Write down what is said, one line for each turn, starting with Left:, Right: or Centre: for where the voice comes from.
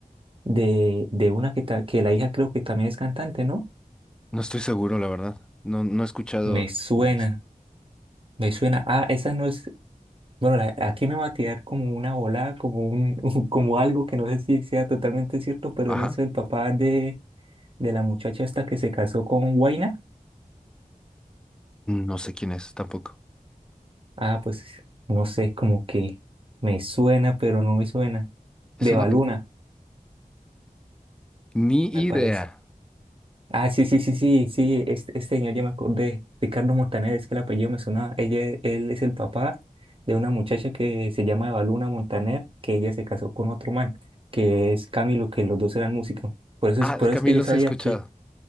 Right: de, de una que, ta- que la hija creo que también es cantante, ¿no?
Centre: No estoy seguro, la verdad. No, no he escuchado
Right: Me suena,
Centre: de eso.
Right: me suena. Ah, esa no es, bueno, la- aquí me va a tirar como una volada, como un, <laughs> como algo que no sé si sea totalmente cierto, pero
Centre: Ajá.
Right: en eso el papá de, de la muchacha esta que se casó con Huayna,
Centre: No sé quién es tampoco.
Right: ah, pues no sé, como que me suena, pero no me suena.
Centre: Es
Right: De
Centre: uno
Right: Baluna,
Centre: que... Ni
Right: me parece.
Centre: idea.
Right: Ah, sí, sí, sí, sí, sí, este, este señor ya me acordé, Ricardo Montaner, es que el apellido me sonaba, ella, él es el papá de una muchacha que se llama Evaluna Montaner, que ella se casó con otro man, que es Camilo, que los dos eran músicos, por eso
Centre: Ah,
Right: es, por
Centre: de Camilo
Right: eso es que yo sabía
Centre: sí he escuchado.
Right: que,